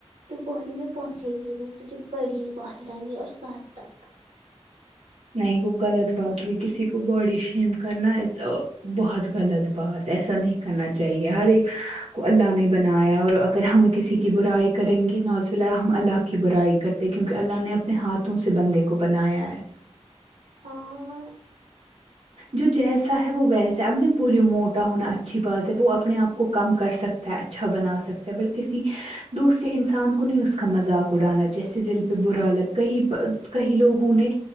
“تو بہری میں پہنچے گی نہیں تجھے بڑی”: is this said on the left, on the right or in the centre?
Right